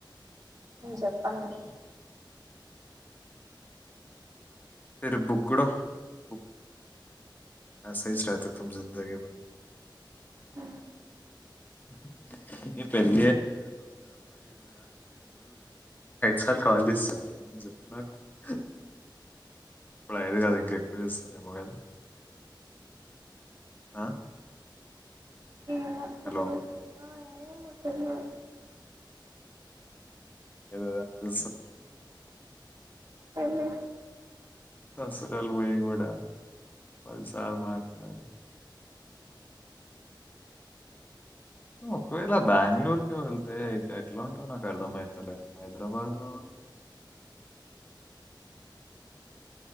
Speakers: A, on the right; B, on the left.
A: చెప్పాను నేను
B: ఫిరు బుగడో బు సే రతే తు జిందగీ భ
A: హ
B: <unintelligible> ఐదు సార్లు కాల్ చేస్తనును చెప్పావు నాకు ఉ ఇప్పుడు అయదు కదా ఇంకెక్కువ చూస్తారేమో కదా ఆ
A: ఏమో
B: హలో
A: తెలియదు
B: ఏదదూ
A: హలో
B: ససురాలు పోయి కూడా పదిసార్ మాట్లాడు ఒకవేళ బెంగళూరుకి వెళ్తే ఇక ఎట్లా ఉంటావు నాకు అర్థమవుతలే హైదరాబాద్ లో